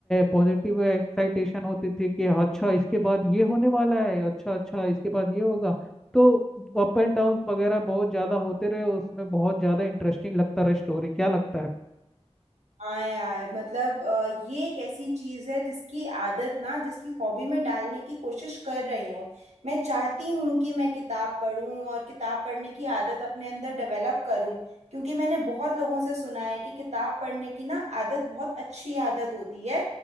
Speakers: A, in the centre; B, on the right.
A: पॉजिटिव एक्साइटेशन होती थी कि अच्छा इसके बाद ये होने वाला है अच्छा अच्छा इसके बाद ये होगा तो अप एंड डाउन वगैरह बहुत ज्यादा होते रहे उसमें बहुत ज्यादा इंटरेस्टिंग लगता रहा स्टोरी क्या लगता है आपको?
B: हाँ यार मतलब अ, ये एक ऐसी चीज है जिसकी आदत ना जिसकी हॉबी में डालने की कोशिश कर रही हूँ मैं चाहती हूँ कि मैं किताब पढूं और किताब पढ़ने की आदत अपने अंदर डेवलप करूँ क्योंकि मैंने बहुत लोगों से सुना है कि किताब पढ़ने की ना आदत बहुत अच्छी आदत होती है